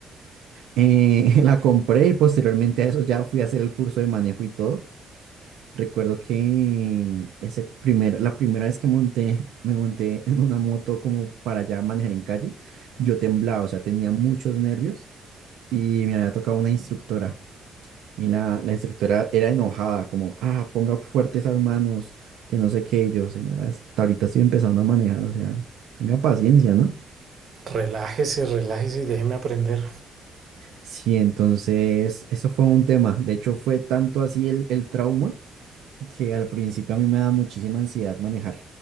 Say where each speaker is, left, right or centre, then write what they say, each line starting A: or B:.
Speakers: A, on the right; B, on the right.
A: Eh, <laughs> la compré y posteriormente a eso ya fui a hacer el curso de manejo y todo. Recuerdo que ese primer, la primera vez que monté, me monté <laughs> en una moto como para ya manejar en calle, yo temblaba, o sea, tenía muchos nervios y me había tocado una instructora. Y la, la instructora era enojada, como, ah, ponga fuerte esas manos, que no sé qué, Y yo, señora, hasta ahorita estoy empezando a manejar, o sea, tenga paciencia, ¿no?
B: Relájese, relájese y déjeme aprender.
A: Sí, entonces, eso fue un tema. De hecho, fue tanto así el, el trauma que al principio a mí me da muchísima ansiedad manejar,